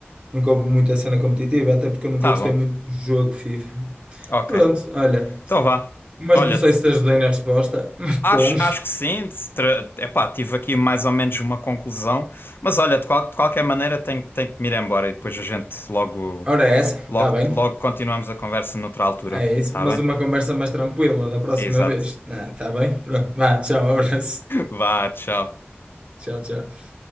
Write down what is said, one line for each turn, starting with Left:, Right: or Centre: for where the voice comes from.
Right: nunca houve muita cena competitiva, até porque eu nunca
Left: Tá
Right: gostei
Left: bom.
Right: muito do jogo FIFA.
Left: Ok.
Right: Pronto, olha.
Left: Então vá.
Right: Mas
Left: Olha,
Right: não sei se te ajudei na resposta, <laughs> mas pronto.
Left: Acho, acho que sim, tra- epá, tive aqui mais ou menos uma conclusão, mas olha, de, qual- de qualquer maneira tenho, tenho que me ir embora e depois a gente logo,
Right: Ora, é essa,
Left: logo,
Right: está bem.
Left: logo continuamos a conversa noutra altura,
Right: É isso.
Left: tá
Right: Mas
Left: bem?
Right: uma conversa mais tranquila da próxima
Left: Exato.
Right: vez. Está bem? Pronto. Vá, tchau, abraço.
Left: <laughs> Vá, tchau.
Right: Tchau, tchau.